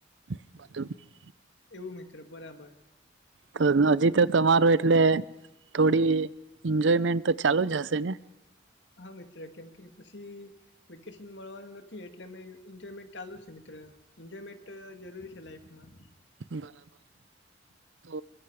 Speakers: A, on the right; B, on the left.
A: <inaudible>
B: એવું મિત્ર બરાબર.
A: તો હજી તો તમારે એટલે થોડી એન્જોયમેન્ટ તો ચાલુ જ હશે ને.
B: હા મિત્ર કેમ કે પછી વેકેશન મળવાનું નથી એટલે અમે એન્જોયમેન્ટ ચાલુ છે મિત્રો. એન્જોયમેન્ટ જરૂરી છે લાઈફમાં.
A: બરાબર તો